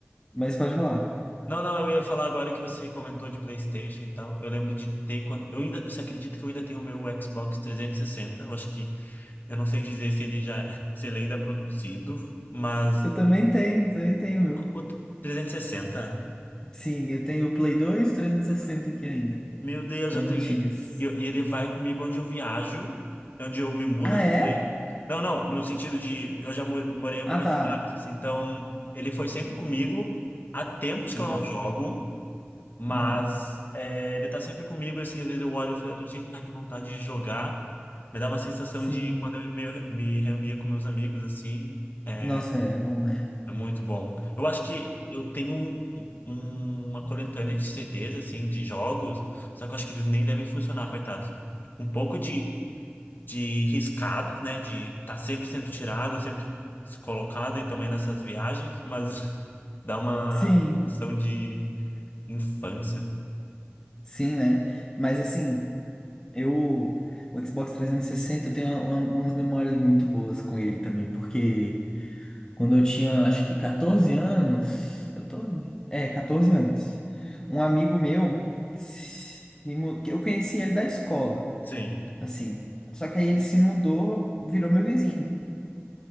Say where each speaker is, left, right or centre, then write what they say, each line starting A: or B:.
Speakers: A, on the left (about 15°); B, on the left (about 45°).
A: Mas pode falar.
B: Não, não, eu ia falar agora que você comentou de PlayStation e tal. Eu lembro de ter quando. Eu ainda... Você acredita que eu ainda tenho o meu Xbox 360? Eu acho que Eu não sei dizer se ele já, <laughs> se ele ainda é produzido, mas
A: Eu também tenho, também tenho o meu.
B: o 360,
A: Sim, eu tenho o Play 2 e 360 aqui ainda,
B: Meu Deus,
A: das
B: eu tenho
A: antigas.
B: e eu- e ele vai comigo onde eu viajo, onde eu me mudo
A: Ah,
B: assim,
A: é?
B: né? Não, não, no sentido de eu já mo- morei em algumas
A: Ah, tá.
B: cidades, então ele foi sempre comigo. Há tempos que
A: Aham,
B: eu não jogo, mas
A: aham.
B: é, ele tá sempre comigo assim, às vezes eu olho e falo, gente, ai, que vontade de jogar. Me dá uma sensação
A: Sim.
B: de quando eu me, me reunia com meus amigos assim, eh,
A: Nossa, é bom, né?
B: É Muito bom. Eu acho que eu tenho um- um- uma coletânea de CDs, assim, de jogos, só que eu acho que eles nem devem funcionar, coitados. Um pouco de, de riscado, né? De estar tá sempre sendo tirado, sempre colocado, e também nessas viagens, mas <laughs> dá uma
A: Sim,
B: sensação de infância.
A: sim, né? Mas assim. Eu, o Xbox 360, eu tenho uma- uma- umas memórias muito boas com ele também, porque quando eu tinha, acho que 14 anos, 14? É, 14 anos, um amigo meu, se mu- que eu conheci ele da escola,
B: Sim,
A: assim, só que aí ele se mudou, virou meu vizinho.